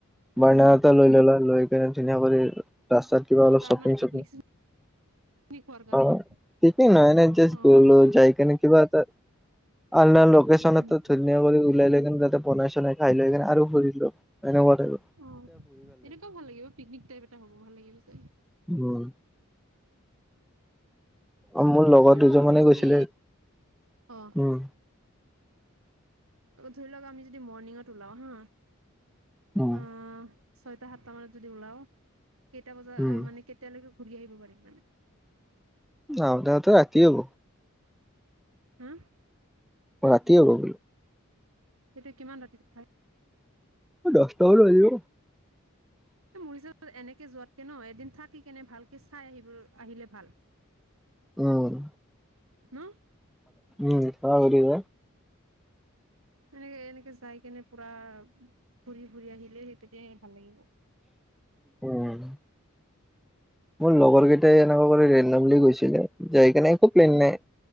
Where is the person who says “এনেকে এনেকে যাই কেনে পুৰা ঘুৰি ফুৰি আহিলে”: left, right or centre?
Right